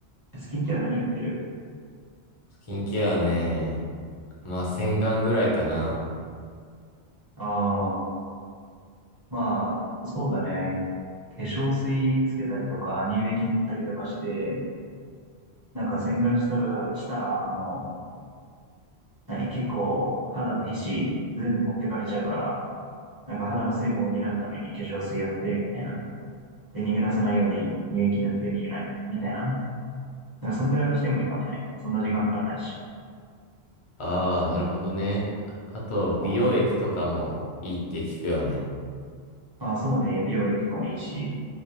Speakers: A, on the right; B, on the left.
A: スキンケア何やってる
B: う。スキンケアね。まあ洗顔ぐらいかな。
A: ああまあ、そうだね。化粧水つけたりとか、乳液塗ったりとかして、なんか洗顔したら、したら、あの、何、結構肌の皮脂全部持ってかれちゃうから、なんか肌の水分を補うために化粧水やって、みたいな。で、逃げ出さないように乳液塗ってみない、みたいな。なんかそんぐらいはしてもいいかもね。そんな時間かからないし。
B: ああ、なるほどね。あと、美容液とかもいいって聞くよね。
A: そう。まあそうね、美容液もいいし。